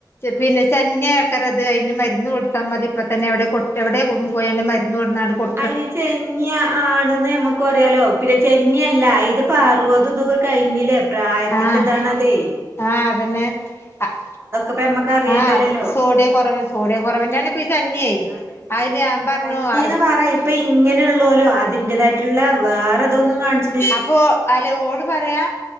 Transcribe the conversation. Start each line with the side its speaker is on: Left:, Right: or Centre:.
Left: പിന്നെ
Right: ആഹ്
Left: ചെന്നി ആകരം ത് അതിന് മരുന്ന് കൊടുത്താൽ മതി ഇപ്പ തന്നെ എവിടെ കൊ എവിടെ പോയണ്ട് മരുന്ന് കൊടുന്ന് കൊട്
Right: അയ്ന് ചെന്നി ആണെന്ന് നമുക്ക് അറിയാലോ പിന്നെ ചെന്നി അല്ല ഇത് ഇപ്പോ അറുപതു ഇതൊക്കെ കഴിഞ്ഞില്ലേ പ്രായത്തിന്റെതാണതെ
Left: ആഹ് ആഹ് അതന്നെ ആഹ്
Right: ഇപ്പ ഞമ്മക്ക് അറിയായിട്ടല്ലല്ലോ
Left: ആഹ് സോഡിയം കൊറവ് സോഡിയം കൊറവിന്റെയാണ് പ ഈ ചന്നി
Right: ആ ചെന്നി
Left: അയില്
Right: പിന്നെ
Left: ഞാൻ പറഞ്ഞ്
Right: ചന്നീന്ന്
Left: അ
Right: പറ ഇപ്പൊ ഇങ്ങനെ ഉള്ളലോ അതിന്റതായിട്ടുള്ള വേറെതോന്നും കാണി
Left: അപ്പൊ അല്ല ഓൾ പറയാ